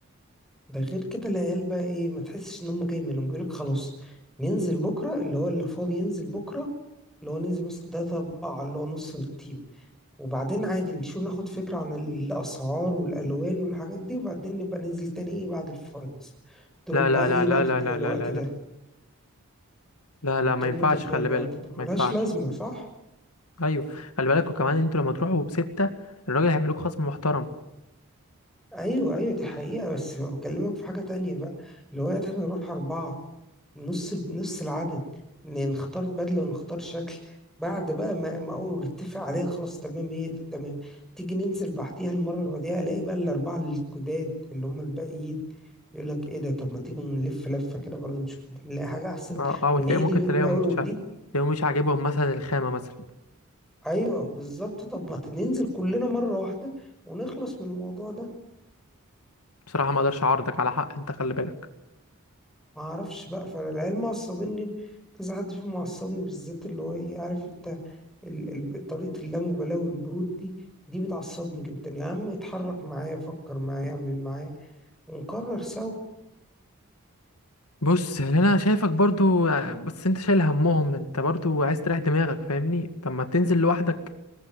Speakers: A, in the centre; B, on the left (about 85°).
A: ده غير كده العيال بقى إيه ما تحسش إن هم جاي منهم بيقولك خلاص ننزل بكرة اللي هو اللي فاضي ينزل بكرة اللي هو ننزل مثلا تلاتة أربعة اللي هو نص التيم وبعدين عادي نشوف ناخد فكرة عن الأسعار والألوان والحاجات دي وبعدين نبقى ننزل تاني إيه بعد الفاينلز قلت
B: لا
A: لهم
B: لا
A: بقى إيه
B: لا لا
A: بقى تضييع
B: لا
A: الوقت
B: لا لا
A: ده
B: لا لا لا
A: قلت
B: ما
A: لهم
B: ينفعش
A: إيه تضييع
B: خلي
A: الوقت
B: بالك
A: ده ملهاش
B: ما ينفعش
A: لازمة صح؟
B: ايوه خلي بالك وكمان انتوا لما تروحوا ستة الراجل هيعملوك خصم محترم
A: ايوه ايوه دي حقيقة بس بكلمك في حاجة تانية بقى اللي هو يعني احنا نروح أربعة نص نص العدد ن- نختار بدلة ونختار شكل بعد بقى ما ما اقول نتفق عليها خلاص تمام هي دي تمام تيجي ننزل بعديها المرة اللي بعديها الاقي بقى الأربعة الجداد اللي هم الباقيين يقول لك ايه ده طب ما تيجوا نلف لفة كده برضه نشوف ممكن نلاقي حاجة أحسن
B: اه اه وتلاقيه
A: ونعيد
B: ممكن
A: اليوم
B: تلاقيهم
A: من أول
B: مش
A: وجديد
B: ع- تلاقيهم مش عاجبهم مثلا الخامة مثلا
A: أيوه بالظبط طب ما ننزل كلنا مرة واحدة ونخلص من الموضوع ده
B: بصراحة ما اقدرش اعارضك على حق انت خلي بالك
A: ما اعرفش بقى فالعيال معصبني كذا حد فيهم معصبني بالذات اللي هو ايه عارف انت ال... ال... طريقة اللامبالاة والبرود دي دي بتعصبني جدا يا عم اتحرك معايا فكر معايا اعمل معايا ونقرر سوا
B: بص يعني انا شايفك برضو آه، بس انت شايل همهم انت برضو عايز تريح دماغك فاهمني طب ما تنزل لوحدك